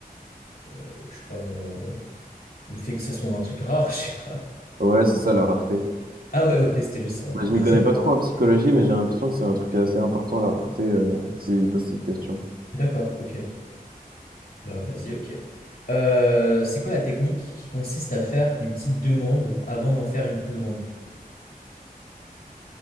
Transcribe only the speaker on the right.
ouais, c'est ça la rareté.
Bah,
je
m'y connais
pas trop en psychologie, mais j'ai l'impression que c'est un truc assez important la rareté, euh, s'il pose cette question.